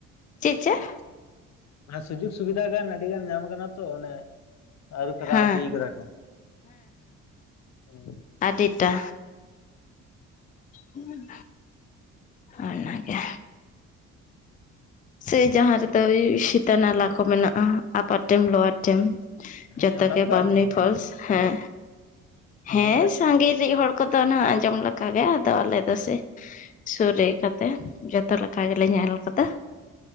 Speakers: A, on the left (about 25°); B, on the left (about 60°).
A: ᱪᱮᱫ ᱪᱮᱫ?
B: ᱢᱟᱱᱮ ᱥᱩᱡᱳᱜᱽ ᱥᱩᱵᱤᱫᱷᱟ ᱜᱟᱱ ᱟᱹᱰᱤ ᱜᱟᱱ ᱧᱟᱢ ᱟᱠᱟᱱᱟ ᱛᱚ ᱚᱱᱮ ᱟᱨᱩ ᱯᱷᱮᱨᱟᱣ
A: ᱦᱮᱸ
B: ᱤᱫᱤᱭ ᱠᱟᱫᱟ ᱠᱚ, ᱦᱩᱸ᱾
A: ᱟᱰᱤᱴᱟ᱾ ᱦᱳᱭ ᱚᱱᱟ ᱜᱮ᱾ ᱥᱮ ᱡᱟᱦᱟᱸ ᱨᱮᱫᱚ ᱥᱤᱛᱟ ᱱᱟᱞᱟ ᱠᱚ ᱢᱮᱱᱟᱜᱼᱟ᱾ Upper dam lower dam.
B: ᱦᱮᱸ
A: ᱡᱚᱛᱚ
B: ᱚᱱᱟ
A: ᱜᱮ
B: ᱠᱚᱫᱚ
A: ᱵᱟᱢᱱᱤ
B: ᱟᱸᱡᱚᱢ
A: ᱯᱷᱚᱞᱥ᱾ ᱦᱮᱸ᱾
B: <inaudible>
A: ᱦᱮᱸ
B: ᱟᱸᱡᱚᱢ
A: ᱥᱟᱺᱜᱮ ᱨᱤᱜ ᱦᱚᱲ ᱠᱚᱫᱚ ᱩᱱᱟᱹᱜ ᱟᱸᱡᱚᱢ ᱞᱮᱠᱟᱜᱮ ᱟᱫᱚ ᱟᱞᱮ ᱫᱚ ᱥᱮ ᱥᱩᱨ ᱨᱮ ᱤᱠᱟᱹᱛᱮ ᱡᱚᱛᱚ ᱞᱮᱠᱟ ᱜᱮᱞᱮ ᱧᱮᱞ ᱠᱟᱫᱟ᱾